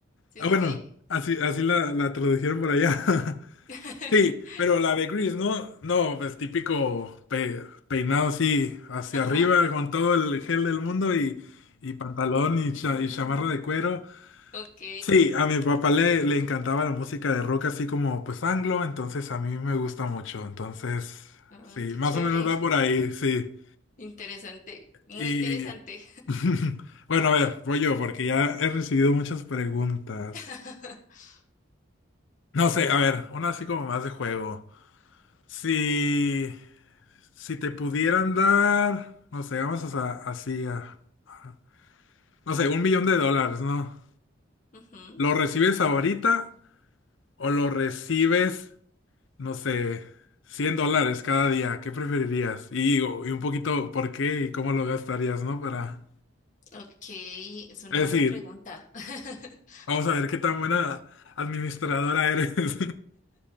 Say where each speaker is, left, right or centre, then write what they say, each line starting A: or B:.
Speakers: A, on the left; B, on the left.
A: Sí,
B: Ah,
A: sí,
B: bueno,
A: sí.
B: así, así la, la tradujeron por allá. <laughs>
A: <laughs>
B: Sí, pero la de Grease, ¿no? No, pues típico pe- peinado así hacia
A: Ajá,
B: arriba con todo el gel del mundo y, y pantalón y, cha- y chamarra de cuero.
A: ok.
B: Sí, a mi papá le, le encantaba la música de rock así como pues anglo, entonces a mí me gusta mucho. Entonces,
A: Ah,
B: sí,
A: qué
B: más
A: chévere.
B: o menos va por ahí, sí.
A: Interesante, muy
B: Y
A: interesante.
B: <laughs> bueno, a ver, voy yo porque ya he recibido muchas preguntas.
A: <laughs>
B: No sé, a ver, una así como más de juego. Sí. Si te pudieran dar, no sé, vamos a, así a, a- no sé, un millón de dólares, ¿no?
A: Ujú,
B: ¿Lo recibes ahorita o lo recibes, no sé, 100 dólares cada día? ¿Qué preferirías? Y, o- y un poquito, ¿por qué y cómo lo gastarías, ¿no? Para,
A: Ok, es una
B: es
A: buena
B: decir,
A: pregunta. <laughs>
B: vamos a ver qué tan buena administradora eres. <laughs>